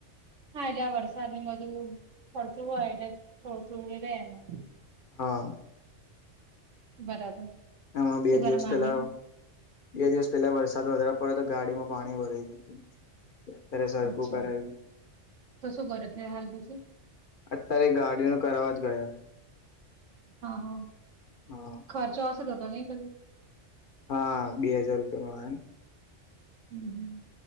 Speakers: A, on the right (about 80°); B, on the left (about 55°).
A: હા એટલે આ વરસાદને બધું પડતું હોય એટલે થોડું થોડું રહેે એમાં.
B: હા.
A: બરાબર.
B: હ બે
A: શું
B: દિવસ
A: કરે મામી
B: પેલા. બે દિવસ પેલા વરસાદ વધારેવા પડ્યો તો ગાડીમાં પાણી ભરાઈ ગયું હતું. અત્યારે સરખું
A: અચ્છા
B: કરાયું
A: તો શું કરે છે હાલ પછી.
B: અત્યારે ગાડી ન કરવાવા જ ગયા.
A: હા હા.
B: હા.
A: ખર્ચો હશે તો તો નહી પધી.
B: હા બે હજાર રૂપિયા નો આયો ને.
A: હમ